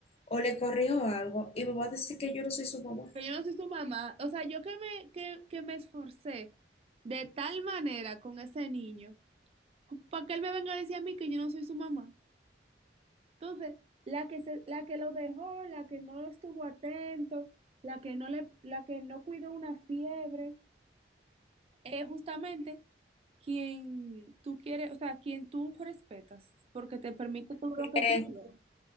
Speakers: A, on the left; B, on the right.
A: o le corrijo algo, y me va a decir que yo no soy su mamá.
B: Pero yo no soy su mamá. O sea, yo que me, que, que me esforcé de tal manera con ese niño, para que él me venga a decir a mí que yo no soy su mamá. Entonces, la que se, la que lo dejó, la que no estuvo atento, la que no le, la que no cuidó una fiebre, es justamente quien tú quieres, o sea, quien tú respetas, porque te permite todo lo que
A: Eh,
B: tú quieres.